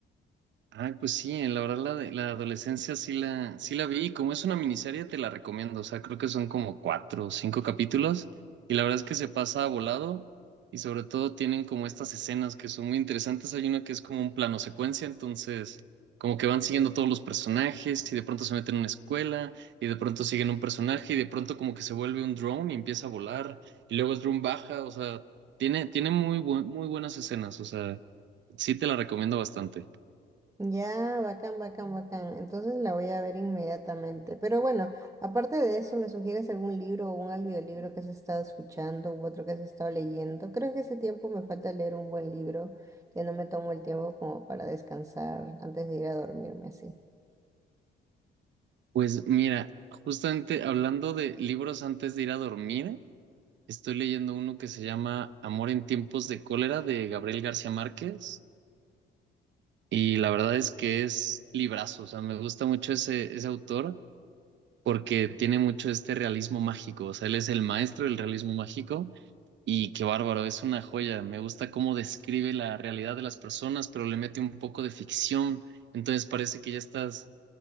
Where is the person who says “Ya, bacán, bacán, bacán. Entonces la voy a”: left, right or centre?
Right